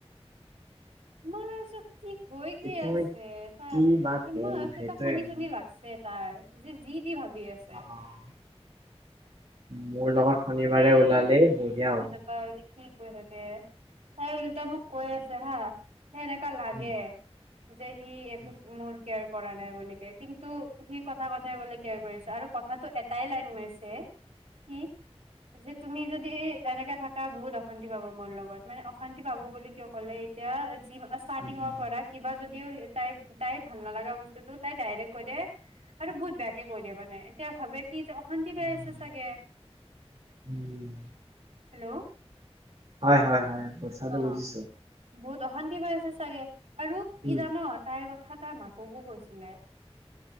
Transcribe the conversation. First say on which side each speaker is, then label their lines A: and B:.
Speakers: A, on the right; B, on the right.
A: মছ কি হৈ কি
B: এতিয়া
A: আছে
B: মই
A: তাৰ
B: কি বা কম
A: ইমান ভিছ
B: সেইটোৱে
A: তাৰ হনি
B: মানে।
A: চনি লাগছে তাৰ যে যি দি ভাবি আছে
B: অ', মোৰ লগত শনিবাৰে
A: ম
B: ওলালেই
A: মই
B: বঢ়িয়া
A: বুজিছে
B: হ'ব
A: নাপাওঁ কি কৰি থাকে হয়াই উলটা মোক কৈ আছে হা সেনেকা লাগে
B: উম,
A: যে সি একো
B: উম,
A: মোৰ কেয়াৰ কৰা নাই বুলি ক কিন্তু সি কথা কথাই বুলি কেয়াৰ কৰিছে আৰু কথাাতটো এটাই লাইন মাৰছে সি যে তুমি যদি এনেকাে থাকা বহুত অশান্তি পাব মোৰ লগত মানে অশান্তি পাব বুলি কিয় ক'লে এতিয়া ষ্টাৰ্টিঙৰ
B: উম,
A: পৰা কিবা যদিও তাই তাইৰ ভাল নালাগা বস্তুতটো তাই ডাইৰেক্ট কৈ দিয় আৰু বহুত বেয়াকে কৈ দিয়ে মানে এতিয়া ভাবে কি যে অশান্তি
B: উম,
A: পাই আছে চাগে
B: উম
A: হেল্ল'
B: হয় হয় হয় কথাটো
A: অ
B: বুজিছো
A: বহুত অশান্তি পাই আছে চাগে আৰু কি
B: উম,
A: জান তাইৰ কথা এটা মাপ মোকো কৈছিলে